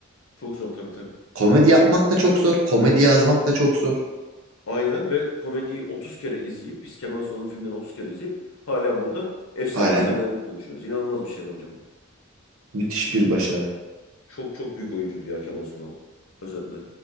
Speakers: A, on the left; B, on the right.
A: Çok zor tabii tabii.
B: Komedi yapmak da çok zor. Komedi yazmak da çok zor.
A: Aynen ve komediyi 30 kere izleyip biz Kemal Sunal'ın filmlerini 30 kere izleyip hala burada efsane
B: Hala
A: sahnelerini konuşuyoruz. İnanılmaz bir şey bence bu.
B: müthiş bir başarı.
A: Çok çok büyük oyuncuydu ya Kemal Sunal. Özetle.